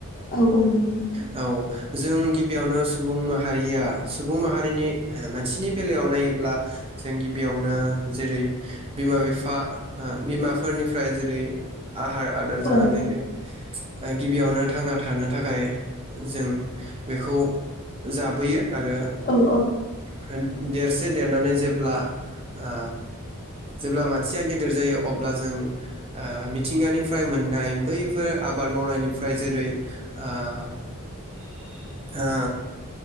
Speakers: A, on the left; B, on the right.
A: औ औ नंगौ
B: औ जों गिबियावनो सुबुं माहारिया सुबुं माहारिनि मानसिनि बेलायाव नायोब्ला जों गिबियावनो जेरै बिमा बिफा बिमाफोरनिफ्राय जेरै आहार आदार जानानै
A: औ
B: जों गिबियावनो थांना थानो थाखाय जों बेखौ जाबोयो आरो
A: औ
B: <unintelligible> देरसे देरनानै जेब्ला आ जेब्ला मानसिया गेदेर जायो अब्ला जों आ मिथिंगानिफ्राय मोननाय बैफोर आबाद मावनायनिफ्राय जेरै आ आ